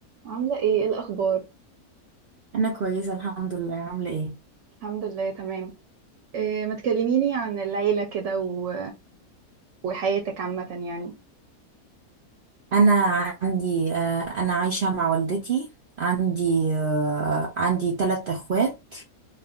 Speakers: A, on the right; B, on the right.
A: عاملة ايه إيه الأخبار؟
B: انا كويسه الحمد لله عامله ايه
A: الحمد لله تمام إيه ما تكلميني عن العيلة كده و... وحياتك عامة يعني
B: انا عندي آه، انا عايشه مع والدتي عندي آه، عندي ثلاث اخوات